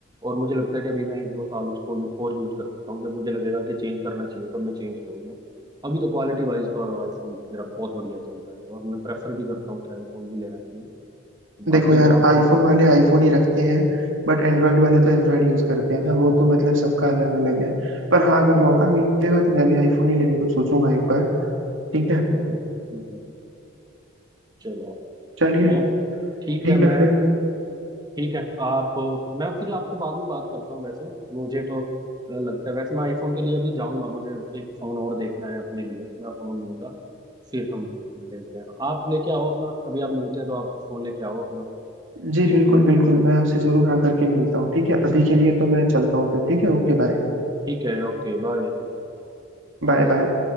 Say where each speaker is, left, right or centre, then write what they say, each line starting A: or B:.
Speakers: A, on the right; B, on the right.
A: और मुझे लगता है कि अभी मैं एक दो साल उसको यू- और यूज़ कर सकता हूँ जब मुझे लगेगा कि चेंज करना चाहिए तब मैं चेंज करूंगा अभी तो क्वालिटी वाइज तो आईफोन मेरा बहुत बढ़िया चल रहा है और मैं प्रेफर भी करता हूँ कि आईफोन ही लेना चाहिए बाकी
B: देखो यार
A: अगर आपको
B: आईफोन वाले आईफोन ही रखते हैं बट एंड्रॉयड वाले तो एंड्रॉयड यूज करते हैं ना वो तो मतलब सबका अलग अलग है पर हाँ अगर मौका मिलेगा तो मैं भी आईफोन ही लेने को सोचूंगा एक बार ठीक है
A: हम्म, हम्म, हम्म, चलो
B: चलिए
A: और ठीक
B: ठीक
A: है मैं
B: है फिर
A: ठीक है आप मैं फिर आपको बाद में बात करता हूँ वैसे मुझे तो अ, लगता है वैसे मैं आईफोन के लिए अभी जाऊंगा मुझे एक फ़ोन और देखना है अपने लिए मैं फ़ोन लूंगा फिर हम मिलते हैं आप लेके आओ अपना कभी आप मिलते हैं तो आप फ़ोन लेके आओ अपना
B: जी
A: देखते
B: बिल्कुल
A: हैं
B: बिल्कुल मैं आपसे जरूर आकर के मिलता हूँ ठीक है अभी के लिए तो मैं चलता हूँ फिर ठीक है ओके बाय
A: ठीक है ओके बाय
B: Bye bye